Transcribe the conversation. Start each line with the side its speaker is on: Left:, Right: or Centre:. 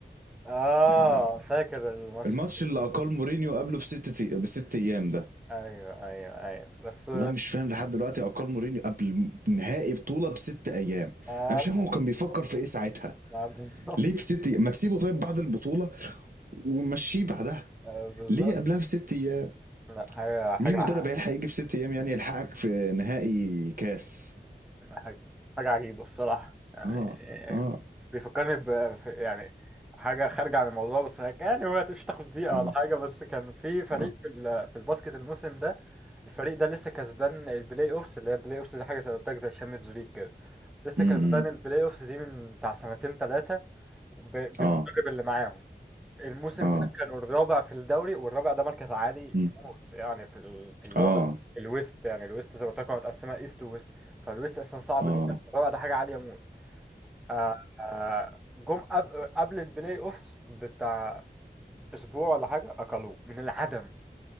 Centre: اه
Right: يعني
Centre: فاكر الماتش
Right: الماتش اللي اقل مورينيو قبله بست بست ايام ده
Centre: ايوه ايوه ايوه بس
Right: والله مش فاهم لحد دلوقتي اقال مورينيو قبل نهائي بطوله بست ايام
Centre: آه
Right: انا مش فاهم هو كان بيفكر في ايه ساعتها
Centre: لا ما <laughs> بالظبط
Right: ليه بست أيام؟ ما تسيبه طيب بعد البطوله ومشيه بعدها
Centre: آه، بالظبط
Right: ليه قبلها بست ايام
Centre: لا حاجه حاجه
Right: مين مدرب هيلحق يجي في ست ايام يعني يلحقك في نهائي كاس
Centre: حاجة حاجة عجيبة الصراحة يعني
Right: اه اه
Centre: آه، بيفكرني ب ف- يعني حاجة خارجة عن الموضوع بس هيك- يعني ما تمشي تاخد دقيقة
Right: اه
Centre: ولا حاجة بس كان في فريق
Right: اه
Centre: في ال- في الباسكت الموسم ده الفريق ده لسه كسبان البلاي اوفس اللي هي البلاي اوفس دي حاجة زي ما قلت لك زي الشامبيونز ليج كده لسه
Right: امم
Centre: كسبان البلاي اوفس دي من بتاع سنتين ثلاثة بالمدرب
Right: اه
Centre: اللي معاهم الموسم
Right: اه
Centre: ده كانوا الرابع في الدوري والرابع ده مركز عالي
Right: امم
Centre: موت يعني في ال... في اللي
Right: اه
Centre: هو الويست يعني الويست زي ما قلت لكم متقسمه ايست وويست فالويست اصلا صعب
Right: اه
Centre: جدا الرابع ده حاجه عاليه موت آه... آه، جم قب- قبل البلاي اوفس بتاع اسبوع ولا حاجه اكلوه من العدم